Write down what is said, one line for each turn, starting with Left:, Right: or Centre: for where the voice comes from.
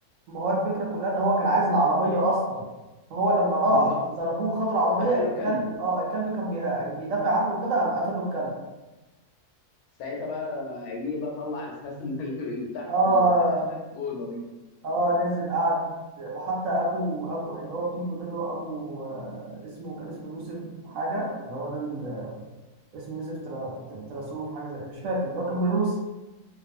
Right: ما هو الفكرة كلها ان هو كان عايز العربية اصلا فهو لما راح
Left: بالظبط
Right: ضربوه خدوا العربية
Left: قتل له
Right: الكلب
Left: كلبه
Right: اه الكلب كان بي... بيدافع عنه وكده قام قتله الكلب
Left: ساعتها بقى جه بقى طلع الخزنه <laughs> اللي من تحت
Right: اه
Left: ال- الاوضه دي
Right: اه نزل قعد وحتى ابو ابو اللي هو فيجو ده اللي هو ابو آه، اسمه كان اسمه يوسف حاجه اللي هو ده ال- اسمه يوسف ترا- تراسوف حاجه زي مش فاكر اللي هو كان بالروسي